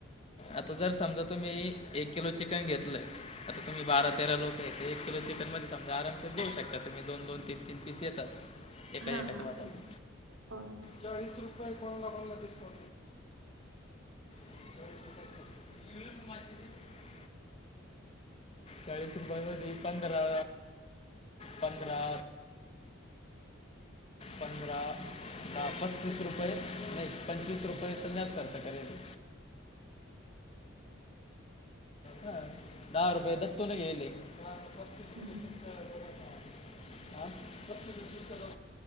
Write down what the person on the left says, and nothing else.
आता जर समजा तुम्ही, एक किलो चिकन घेतलंय. आता तुम्ही बारा तेरा लोक आहेत. एक किलो चिकनमध्ये समजा आरामात देऊ शकता तुम्ही दोन दोन तीन तीन पीस येतात. एका
एकाच्या
वाटाला
चाळीस रुपये कोणा कोणाला दिसतो. <inaudible> चाळीस रुपये भजी, पंधरा पंधरा. पंधरा दहा पस्तीस रुपये, नाही पंचवीस रुपये तर म्याच खर्च करेल. ह दहा रुपये दत्तून घेले. <inaudible>
<unintelligible> आं <unintelligible>